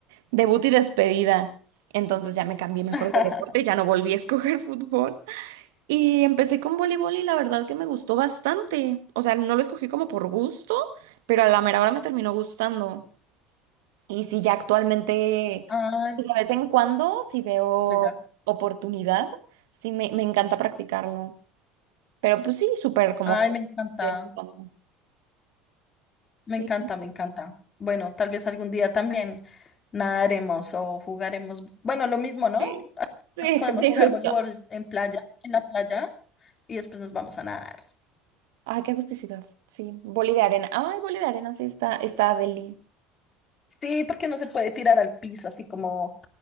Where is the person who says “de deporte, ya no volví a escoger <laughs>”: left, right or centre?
Right